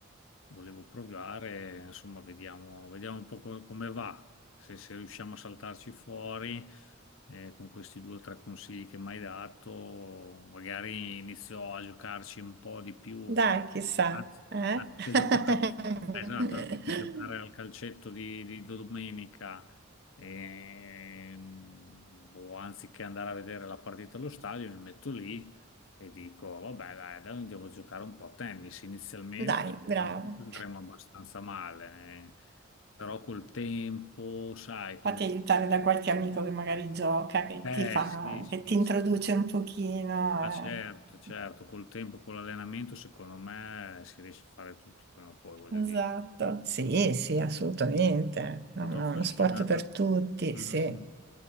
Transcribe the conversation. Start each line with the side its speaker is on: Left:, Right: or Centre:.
Left: volevo provare, insomma, vediamo, vediamo un po' co- come va, se, se riusciamo a saltarci fuori eh, con questi due o tre consigli che mi hai dato, magari inizio a giocarci un po' di più,
Right: Dai,
Left: eh.
Right: chissà,
Left: anzi,
Right: eh?
Left: anziché
Right: <laughs>
Left: giocare, esatto, anziché giocare al calcetto di di domenica e, mm, o anziché andare a vedere la partita allo stadio, mi metto lì e dico, vabbè, dai, dai, andiamo a giocare un po' a tennis. Inizialmente
Right: Dai,
Left: sicuramente
Right: bravo.
Left: andremo abbastanza male, eh, però col tempo, sai,
Right: Fatti
Left: con...
Right: aiutare da qualche amico che magari gioca, che
Left: Eh
Right: ti fa,
Left: sì, sì,
Right: che ti introduce
Left: sì.
Right: un pochino.
Left: Ah, certo, certo,
Right: eh.
Left: col tempo, con l'allenamento, secondo me si riesce a fare tutto prima o poi, voglio
Right: Esatto,
Left: dire.
Right: sì, sì, assolutamente.
Left: Molto
Right: No, no,
Left: affascinante.
Right: uno sport per tutti,
Left: Mm,
Right: sì.
Left: mm.